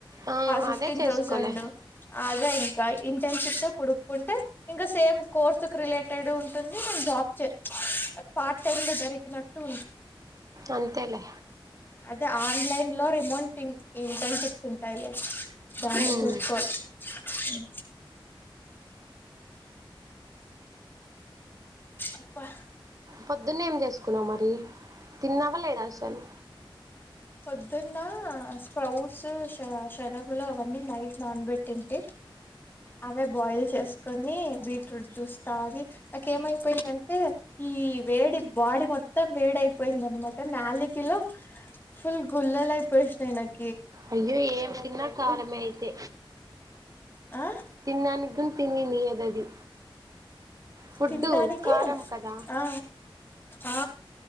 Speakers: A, on the right (about 40°); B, on the left (about 25°).
A: ఆ
B: ఫిఫ్టీన్
A: అదే చేసుకోలే
B: థౌసండ్ ఇంకా ఇంటర్న్షిప్ పుడుక్కుంటే ఇంకా సేమ్ కోర్స్ రిలేటెడ్ ఉంటుంది మేం జాబ్ చే పార్ట్ టైమ్ లో జరిగిన టూ
A: అంతేలే
B: అదే ఆన్లైన్ లో రిమోంట్ ఇంటర్న్షిప్స్ ఉంటాయిలే బా
A: ఉమ్
B: ఫూట్బల్ అ అప్పా
A: పొద్దున్న ఏం చేసుకున్నావు మరి తిన్నవ్వలేదా అసలు
B: పద్దున్న స్క్రౌట్స్ శనగులు అవన్నీ నైట్ నాన్బెట్ తింతే అవే బోయిల్ చేస్కు బీట్రూట్ జూస్ తాగి నాక్ ఏమైపోయిందంటే ఈ వేడి బాడి మొత్తం వేడియిపో పోయిందనమాట నాలీకిలో ఫుల్ గుల్లలు అయిపోయిసాయిచ్చ
A: అయ్యో ఏం తిన్నా కారంమే అయితే
B: ఆ
A: తిన్నానుకు తిినీ నీ అది ఫుడ్డు
B: తినడానికి
A: కారం కదా
B: ఆ ఆ